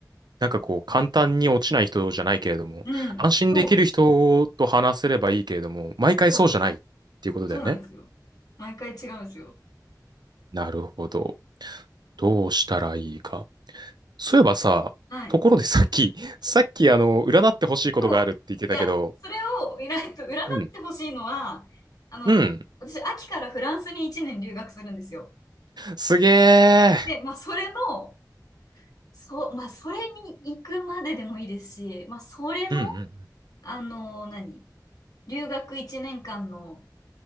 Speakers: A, on the right (about 75°); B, on the left (about 55°).
A: なんかこう、簡単に落ちない人じゃないけれども、
B: うん。
A: 安心できる人と話せればいいけれども、
B: そう。
A: 毎回そうじゃないっていうことだよね。
B: そう。そうなんですよ。毎回違うんですよ。
A: なるほど。どうしたらいいか。そういえばさ、
B: はい。
A: ところでさっき、さっきあの、占ってほしいことがあるって言ってたけど、
B: そう。いや、それを占いと、占ってほしいのは、
A: うん。
B: あの、
A: うん。
B: 私、秋からフランスに1年留学するんですよ。
A: すげえ。
B: で、まあ、それの、そう、まあ、それに行くまででもいいですし、まあ、それの、
A: うんうん。
B: あの、何留学1年間の